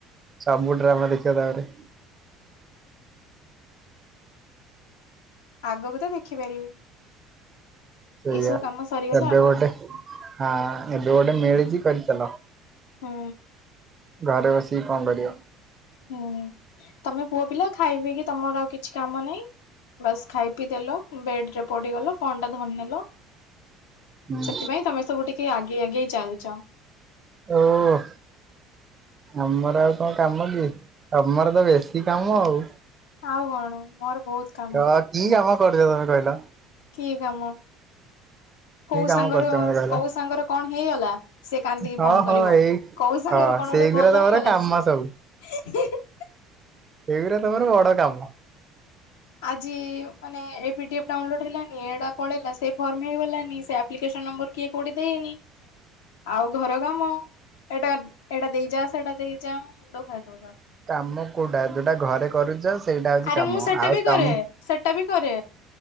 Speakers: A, on the right (about 35°); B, on the left (about 80°).
A: ସବୁ ଡ୍ରାମା ଦେଖିବ ତାପରେ।
B: ଆଗକୁ ତ ଦେଖିପାରିବି।
A: ସେୟା।
B: ଏଇ ସବୁ କାମ ସରିଗଲେ
A: ଏବେ
B: ଆଗକୁ
A: ଗୋଟେ
B: ଦେଖ
A: ହାଁ ଏବେ ଗୋଟେ ମିଳିଛି କରିଚାଲ।
B: ହୁଁ।
A: ଘରେ ବସିକି କଣ କରିବ?
B: ହୁଁ। ତମେ ପୁଅ ପିଲା ଖାଇ ପି କି ତମର ଆଉ କିଛି କାମ ନାହିଁ ବାସ ଖାଇ ପିଇ ଦେଲ। ବେଡ ରେ ପଡିଗଲ। ଫୋନ ଟା ଧରି ନେଲ।
A: ହୁଁ
B: ସେଥିପାଇଁ ତମେ ସବୁ ଟିକେ ଆଗେଇ ଆଗେଇ ଚାଲିଛ।
A: ଓଃ ଆମର ଆଉ କଣ କାମ କି ତମର ତ ବେଶୀ କାମ ଆଉ?
B: ଆଉ କଣ ମୋର ବହୁତ କାମ
A: ତ କି କାମ କରୁଛ ତମେ କହିଲ?
B: କି କାମ? କୋଉ
A: କି କାମ
B: ସାଙ୍ଗର
A: କରୁଛ ମତେ କହିଲ?
B: କୋଉ ସାଙ୍ଗର କଣ ହେଇଗଲା ସେ କାନ୍ଦିକି
A: ହଁ
B: ଫୋନ
A: ହଁ
B: କରିବ।
A: ଏଇ
B: କୋଉ ସାଙ୍ଗର
A: ହଁ
B: କଣ
A: ସେଇଗୁରା
B: ଗୋଟେ ଭଲ
A: ତମର
B: ହେଇଗଲା
A: କାମ
B: ସେ
A: ସବୁ
B: ହେଁ ହେଁ ହେଁ
A: ଏଇଗରା ତମର ବଡ କାମ।
B: ଆଜି ମାନେ ଏ ପିଡିଏଫ୍ ଡ଼ାଉନଲୋଡ ହେଲାନି ଏଟା ପଳେଇଲା। ଫର୍ମ ହେଇଗଲାନି ସେ ଆପ୍ଲିକେସନ ନମ୍ବର କିଏ କୋଉଠି ଦେଇନି ଆଉ ଘର କାମ। ଏଇଟା ଏଟା ଦେଇଯା ସେଟା ଦେଇଯା ମୁଣ୍ଡ ଖାଇ ଦଉଛନ୍ତି।
A: କାମ କୋଉଟା ଯୋଉଟା ଘରେ କରୁଛ। ସେଇଟା ହଉଛି
B: ଆରେ
A: କାମ
B: ମୁଁ ସେଟା
A: ଆଉ
B: ବି କରେ
A: କାମ।
B: ସେଟା ବି କରେ